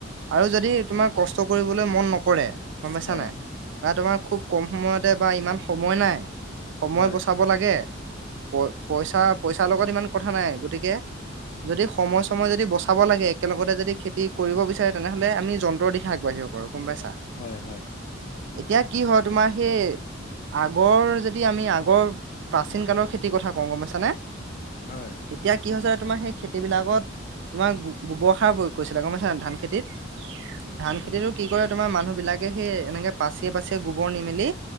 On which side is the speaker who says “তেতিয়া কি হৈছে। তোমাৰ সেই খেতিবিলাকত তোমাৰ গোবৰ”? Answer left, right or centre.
Right